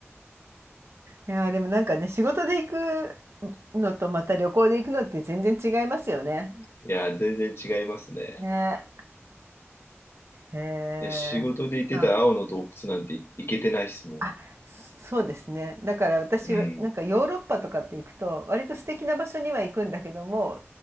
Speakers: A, on the right; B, on the left.
A: いやーでもなんかね、仕事で行くのとまた旅行で行くのって全然違いますよね。
B: いや、全然違いますね。
A: ね。へえ。
B: いや、仕事で行ってた青の洞窟なんてい行けてないっすも
A: うん。あ、そうですね。だから私はなんかヨーロッパとかって行くと、
B: ん。うん。
A: 割と素敵な場所には行くんだけども、